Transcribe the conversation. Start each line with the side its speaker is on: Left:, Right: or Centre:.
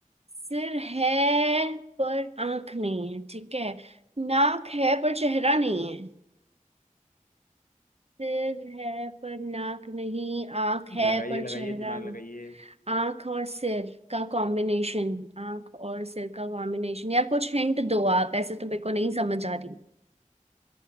Right: सिर है पर आंख नहीं है ठीक है नाक है पर चेहरा नहीं है सिर है पर नाक नहीं आंख है
Left: लगाइए
Right: पर
Left: लगाइए
Right: चेहरा
Left: दिमाग
Right: नहीं
Left: लगाइए
Right: आंख और सिर का कॉम्बिनेशन आंख और सिर का कॉम्बिनेशन यार कुछ हिंट दो आप ऐसे तो मेरे को नहीं समझ आ रही